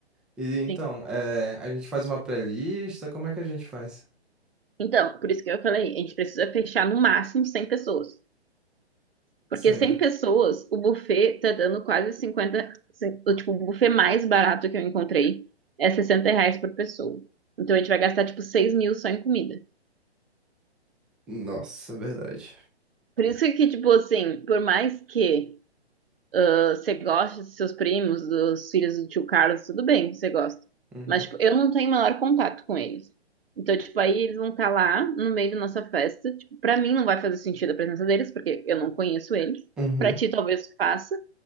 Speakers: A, in the centre; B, on the right.
A: E então,
B: sim.
A: é, a gente faz uma pré-lista, como é que a gente faz?
B: Então, por isso que eu falei, a gente precisa fechar no máximo 100 pessoas. Porque
A: Sim,
B: 100
A: né?
B: pessoas, o buffet tá dando quase cinquenta, O, tipo, o buffet mais barato que eu encontrei é 60 reais por pessoa. Então a gente vai gastar, tipo, 6 mil só em comida.
A: Nossa, é verdade.
B: Por isso que, tipo assim, por mais que ah, você goste dos seus primos, dos filhos do tio Carlos, tudo bem, você gosta.
A: Uhum.
B: Mas, tipo, eu não tenho maior contato com eles. Então, tipo, aí eles vão estar lá no meio da nossa festa. Tipo, pra mim não vai fazer sentido a presença deles, porque eu não conheço eles.
A: Uhum.
B: Pra ti talvez faça,